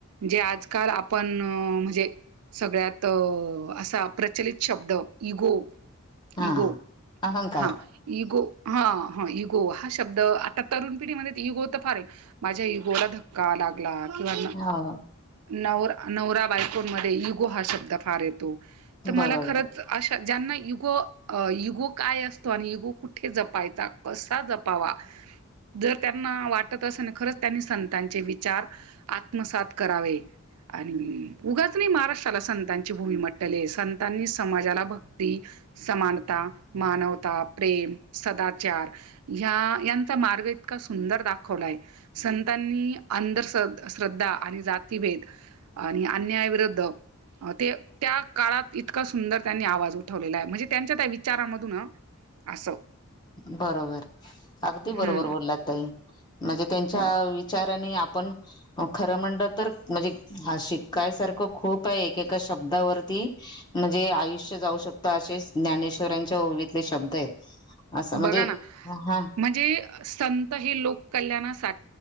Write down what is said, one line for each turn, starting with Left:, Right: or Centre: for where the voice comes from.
Right: जे आजकाल आपण म्हणजे- सगळ्यात असा प्रचलित शब्द इगो-
Left: हा
Right: इगो
Left: अहंकार
Right: हा इगो हा हा इगो हा शब्द आत- तरुण पिढीमध्ये इगो तर फार आहे माझ्या इगोला धक्का लागला. किंवा
Left: हा.
Right: नवरा नवरा बायकोन मध्ये इगो हा शब्द फार येतो तर मला
Left: बरोबर
Right: खरंच अशा. ज्यांना युगो अ युगो काय असतो आणि युगो कुठे जपायचा कसा जपावा- जर त्यांना वाटत असे ना खरंच त्यांनी संतांचे विचार आत्मसात करावे. आणि उगाच नाही महाराष्ट्र. त्याला संतांची भूमी म्हंटले संतांनी समाजाला भक्ती समानता मानवता- प्रेम सदाचार ह्या याचा मार्ग इतका सुंदर दाखवलाय- संतांनी अंधर श्रद्धा आणि जातीभेद आणि अन्यायाविरुद्ध- अ ते त्या काळात इतका सुंदर त्यांनी आवाज उठवलेलाय म्हणजे त्यांच्या त्या विचारामधून. अस-
Left: बरोबर अगदी बरोबर
Right: हम्म
Left: बोललात तई. म्हणजे त्यांच्या
Right: हम्म
Left: विचारानी आपण- खरं म्हणलं तर म्हणजे ह शिकायसारखं खूप आहे एकेका शब्दावरती- म्हणजे आयुष्य जाऊ शकत असेच ज्ञानेश्वरांच्या ओवीतले शब्द आहेत. असं म्हणजे
Right: बघा ना
Left: हा
Right: म्हणजे संत हे लोककल्याणासा-